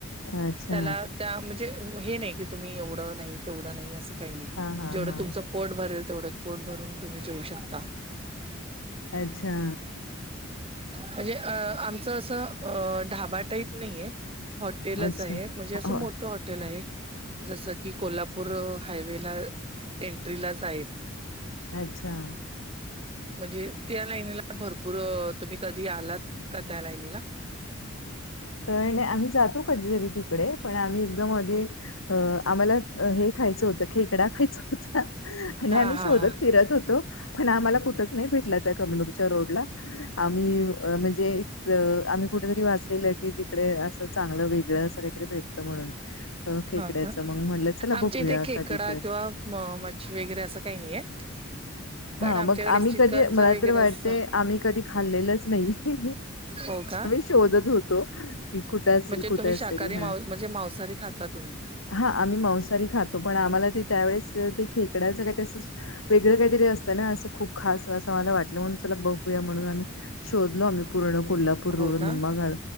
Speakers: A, on the left (about 85°); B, on the right (about 30°).
A: अच्छा.
B: त्याला त्या म्हणजे हे नाही की तुम्ही एवढं नाही तेवढं नाही अस काही नाही
A: हा हा
B: जेवंढ
A: हा
B: तुमच. पोट भरेल तेवढंच पोट भरून तुम्ही जेऊ शकता.
A: अच्छा.
B: म्हणजे अ आमचं असं ढाबा टाईप नाहीये. हॉटेलच
A: अच्छा
B: आहे म्हणजे असं
A: हो
B: मोठं हॉटेल आहे. जसं की कोल्हापूर हायवे ला एंट्रीलाच आहे.
A: अच्छा.
B: म्हणजे त्या लाईनीला भरपूर तुम्ही कधी आलात का त्या लाईनीला.
A: काही नाही आम्ही जातो कधीतरी तिकडे पण आम्ही एकदम मधे. अ आम्हाला हे खायचं होतं खेकडा खायचा होता. आणि
B: हा
A: आम्ही
B: हा
A: शोधत
B: हा
A: फिरत होतो पण आम्हाला कुठच नाही भेटला त्या कमनूरच्या रोडला. आम्ही म्हणजे ज आम्ही कुठेतरी वाचलेलं. कि तिकडे असं चांगलं वेगळं असं काहीतरी भेटतं म्हणून. अ खेकड्याचं
B: हा का
A: मग म्हणलं चला
B: आमच्या
A: बघूया
B: इथे खेकडा
A: कधी तर.
B: किंवा म मच्छी वगैरे असं काही नाहीये. पण
A: हा
B: आमच्याकडे
A: मग आम्ही
B: चिकनचं
A: कधी मला
B: वगैरे
A: तर वाटते
B: असं
A: आम्ही कधी खाल्लेलंच नाहीे.
B: हो का.
A: शोधत होतो की कुठ असेल
B: म्हणजे
A: कुठ
B: तुम्ही
A: असेल
B: शाकाहारी
A: हा.
B: मां म्हणजे मांसाहारी खाता तुम्ही
A: हा आम्ही मांसारी खातो पण आम्हाला ते त्यावेळेस ते खेकड्याचं काही तसंस. वेगळं काहीतरी असतं ना असं खूप खास असं मला वाटलं म्हणून चला बघूया म्हणून आम्ही. शोधलो आम्ही पूर्ण कोल्हापूर रोड
B: हो का
A: निम्मागाल.